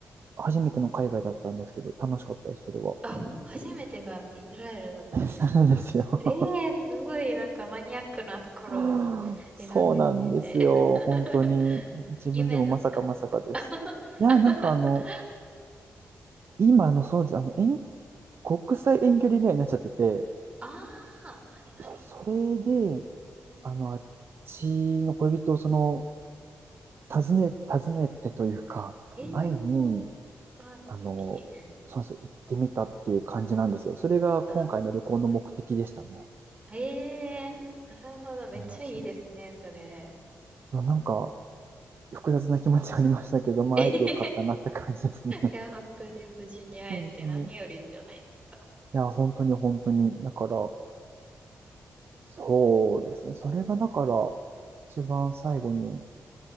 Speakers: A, on the right; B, on the right.
A: 初めての海外だったんですけど、楽しかったです、それは。
B: あ、初めてがイスラエルだったんですか。
A: <laughs> なんですよ。
B: ええすごい、なんかマニアックなところを選んでて。
A: <laughs> そうなんですよ。
B: <laughs>
A: 本当に。自分でもまさかまさかです。
B: 夢だったんですか。<laughs>
A: いや、なんかあの、今のそうです。あの、遠、国際遠距離恋愛になっちゃってて、
B: ああ、はいはい。
A: そそれで、
B: うんうん
A: あの、あっちの恋人をその、訪ね、訪ねてというか、
B: ええー、
A: 会いに、
B: わあ、素敵。
A: あの、そうです行ってみたっていう感じなんですよ。それが今回の旅行の目的でしたね。
B: あ、すごい。ええー、なるほど。めっちゃいいですね、
A: そうなんですよ。
B: それ。
A: なんか、複雑な気持ちありましたけど、
B: <laughs>
A: まあ、
B: えへへ
A: 会えてよかったなって感じですね。<laughs>
B: いや、本当に無事に会えて何よりじゃないですか。
A: 本当に。いや、本当に本当に。だから、そうですね。それがだから、一番最後に、